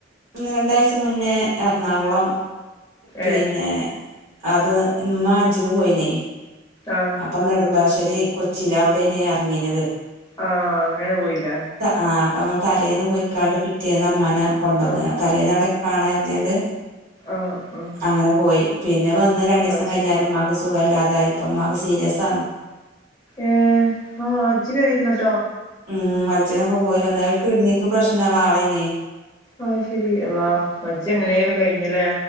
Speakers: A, on the right; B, on the left.
A: ഒന്ന് രണ്ടാഴ്ച മുന്നേ എറണാകുളം. പിന്നെ
B: ഏ
A: അത് ഇമ്മ അജ്ജിന് പോയീനി.
B: ആഹ്
A: അപ്പം നെടുമ്പാശ്ശേരി കൊച്ചീല് അവിടേനി എർങ്ങീനത്.
B: ആഹ് അങ്ങനെ പോയീലേ.
A: ആഹ് അപ്പൊ ഞങ്ങൾ തലേന്ന് പോയിക്കാണ്ട് പിറ്റേന്ന് മ്മനേ കൊണ്ടെന്ന.
B: ആ
A: തലേന്ന് അവിടെ കാണാകര്തിയാണ്ട്
B: ആ ആ ആ
A: അങ്ങനെ പോയി. പിന്നെ വന്ന് രണ്ടീസം
B: അത്
A: കഴിഞ്ഞേരം
B: ശരി
A: മ്മക്ക് സുഖ സുഖല്ലാതായി. പ്പ മ്മാക്ക് സീരിയസാണ്.
B: ഏഹ് ആഹ് ഹജ്ജിന് പോയി വന്നിട്ടോ?
A: ഉം ഹജ്ജ്നൊക്കെ പോയി വന്നാര. ഒരു കിഡ്‌നിക്ക് പ്രശ്നള്ള ആളെനി.
B: അഹ് ശെരി. അള്ളാ ഹജ്ജ് എങ്ങനെലും കഴിഞ്ഞി ല്ലേ.